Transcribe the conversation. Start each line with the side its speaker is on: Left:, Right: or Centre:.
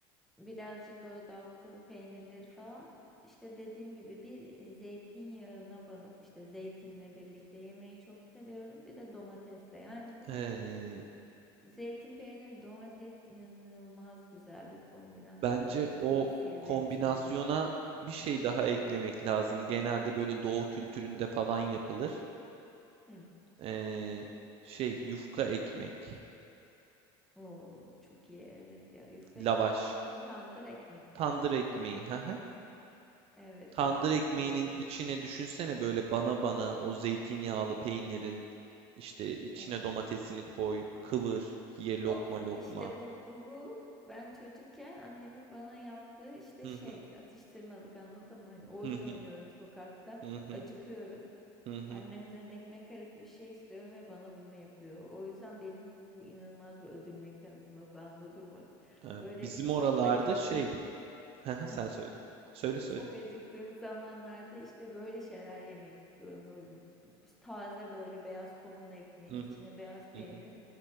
Centre: birazcık böyle daha kuru peynirleri falan işte dediğim gibi bir zeytinyağına banıp işte zeytinle birlikte yemeyi çok seviyorum. Bir de domatesle. Yani bu
Right: Ee,
Centre: zeytin peyniri domates inanılmaz güzel bir kombinasyon
Right: Bence
Centre: ya.
Right: o
Centre: Tavsiye ederim
Right: kombinasyona
Centre: sana.
Right: bir şey daha eklemek lazım. Genelde böyle doğu kültüründe falan yapılır.
Centre: Hı.
Right: Ee, şey yufka ekmek,
Centre: Oo, çok iyi evet ya. Yufka
Right: lavaş,
Centre: ekmek dediğin tandır ekmek
Right: tandır
Centre: mi?
Right: ekmeği. hı hı.
Centre: Evet
Right: Tandır
Centre: ya çok
Right: ekmeğinin
Centre: iyi ekmek.
Right: içine düşünsene böyle bana bana o zeytinyağlı peynirin işte içine
Centre: Evet.
Right: domatesini koy, kıvır, ye lokma
Centre: Of
Right: lokma.
Centre: işte bu bu bu ben çocukken annemin bana yaptığı işte
Right: Hı
Centre: şey
Right: hı
Centre: atıştırmalık anladın mı? Hani oyun
Right: hı hı
Centre: oynuyorum sokakta
Right: hı hı.
Centre: acıkıyorum.
Right: hı hı.
Centre: Annemden ekmek arası bir şey istiyorum ve bana bunu yapıyor. O yüzden benim için bu inanılmaz bir ödül mekanizması <laughs> anladın mı?
Right: Ee,
Centre: Böyle
Right: Bizim
Centre: çok
Right: oralarda
Centre: acıktığım
Right: şey, <laughs> hı
Centre: <laughs>
Right: hı, sen söyle. Söyle söyle.
Centre: çok acıktığım zamanlarda işte böyle şeyler yemek istiyorum. Böyle taze böyle beyaz somun ekmeği,
Right: Hı
Centre: içine
Right: hı
Centre: beyaz peynir.
Right: hı hı.